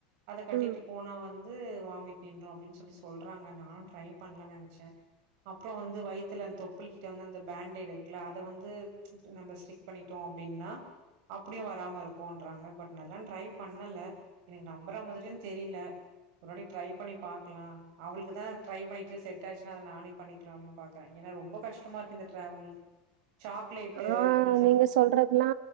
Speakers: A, on the right; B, on the right.
A: அத கட்டிட்டு
B: ம்
A: போனா வந் து வாமிட் நின்று அப்டினு சொல்லி சொல்றாங்க நானு ட்ரை பண்ணலானு நெனச்ச அப்புறோ வயித்துல அந்த தொப்புள்கிட்ட அந்த அந்த பேண்டைட் இருக்கல்ல அதவந்து ப்ச் நம்ம பண்ணிட்டோ அப்படின்னா அப்படியு வராம இருக்குன்றாங்க பட் நா எல்லா ட்ரை பண்ணல எனக்கு நம்பற மாரியு தெரியல ஒரு வாட்டி ட்ரை பண்ணி பாக்கலா அவளுக்கு இதா ட்ரை பண்ணிட்டு செட் ஆச்சுானா அத நானே பண்ணிக்கலானு பாக்க ஏனா ரொம்ப கஷ்டமா இருக்கு இந்த டிராவலிங் சாக்லேட்டு
B: ஆ
A: நீ
B: நீங்க சொல்றதுல்லா